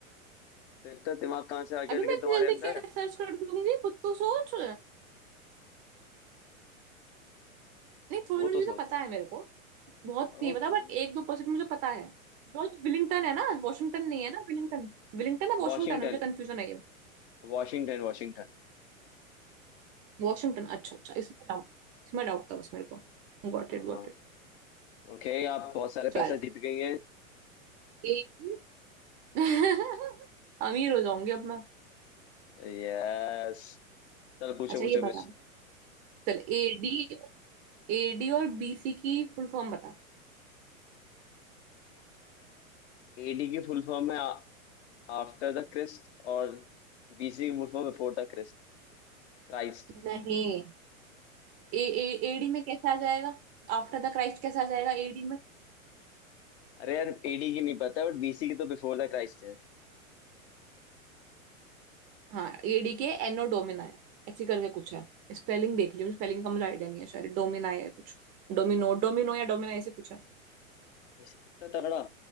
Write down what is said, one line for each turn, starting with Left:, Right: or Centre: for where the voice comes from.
Left: तो इतना दिमाग कहाँ से आ गया
Right: अभी
Left: लेकिन
Right: मैं इतनी
Left: तुम्हारे
Right: जल्दी
Left: अंदर
Right: कैसे सर्च कर दूंगी खुद तो सोच नहीं थोड़ी
Left: वो
Right: थोड़ी
Left: तो
Right: चीजें
Left: सोच
Right: पता
Left: रहा
Right: है मेरे को बहुत नहीं
Left: ओके
Right: पता बट एक दो परसेंट मुझे पता है जॉर्ज विलिंगटन है ना वॉशिंगटन नहीं है ना विलिंगटन विलिंगटन है वॉशिंगटन
Left: Washington
Right: है मुझे कंफ्यूजन है ये
Left: Washington Washington
Right: वॉशिंगटन अच्छा अच्छा इसमें डाउट इसमें डाउट था बस मेरे को Got
Left: हाँ
Right: it got
Left: हाँ
Right: it
Left: ओके आप बहुत सारे
Right: चल
Left: पैसे जीत गई हैं
Right: एक- <laughs> अमीर हो जाऊंगी अब
Left: यस चलो पूछो
Right: अच्छा ये
Left: पूछो
Right: बता
Left: कुछ
Right: चल एडी एडी और बीसी की फुल फॉर्म बता
Left: एडी की फुल फॉर्म है आफ्टर द क्रिस्ट और बीसी की full form before the Christ Christ
Right: नहीं ए ए एडी में कैसे आ जाएगा आफ्टर द क्राइस्ट कैसे आ जाएगा एडी में
Left: अरे यार एडी की नहीं पता बट बीसी की तो बिफोर द क्राइस्ट है
Right: हाँ एडी के एनो डोमिना है ऐसी करके कुछ है स्पेलिंग देख लियो स्पेलिंग का मुझे आइडिया नहीं है शायद डोमिना है कुछ डोमिनो डोमिनो या डोमिना ऐसे कुछ है
Left: वैसे इतना तगड़ा